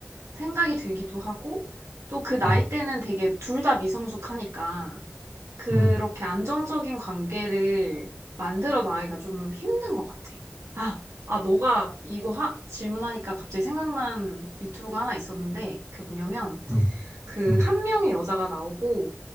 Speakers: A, on the right; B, on the right.
A: 생각이 들기도 하고, 또 그 나이
B: 어,
A: 때는 되게 둘 다 미성숙하니까, 그렇게
B: 음,
A: 안정적인 관계를 만들어 나가기가 좀 힘든 것 같아. 아, 아, 너가 이거 하, 질문하니까 갑자기 생각난 유튜브가 하나 있었는데, 그 뭐냐면,
B: 음,
A: 그
B: 음,
A: 한 명의 여자가 나오고,